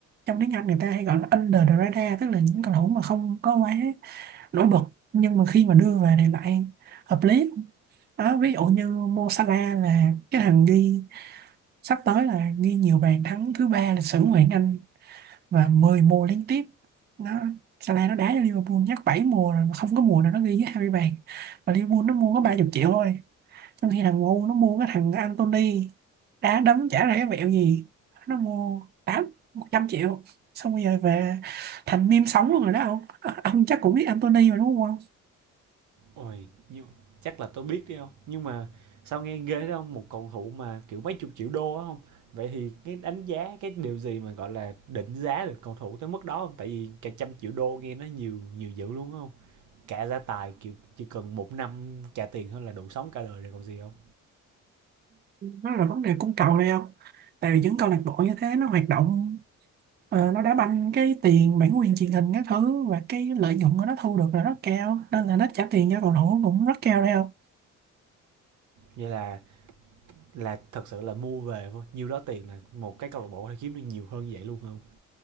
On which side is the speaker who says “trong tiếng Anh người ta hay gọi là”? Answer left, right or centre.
Right